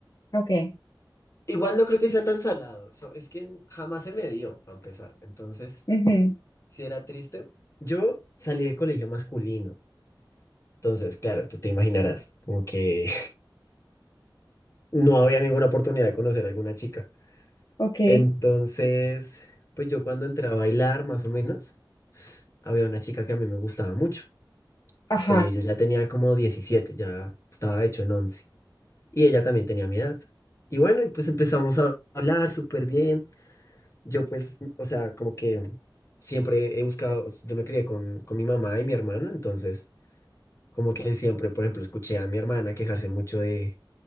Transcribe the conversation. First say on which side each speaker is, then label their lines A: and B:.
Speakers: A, on the left (about 55°); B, on the left (about 35°).
A: Ok.
B: Igual no creo que sea tan salado. so- es que jamás se me dio, para empezar. Entonces,
A: ujú,
B: si era triste. Yo salí de colegio masculino. Entonces, claro, tú te imaginarás, como que <laughs> no había ninguna oportunidad de conocer a alguna chica.
A: Ok.
B: Entonces, pues yo cuando entré a bailar, más o menos, había una chica que a mí me gustaba mucho.
A: Ajá.
B: Eh, yo ya tenía como diecisiete ya estaba hecho en once Y ella también tenía mi edad. Y bueno, y pues empezamos a hablar súper bien. Yo pues, o sea, como que siempre he buscado, o sea, yo me crié con, con mi mamá y mi hermana, entonces como que siempre, por ejemplo, escuché a mi hermana quejarse mucho de,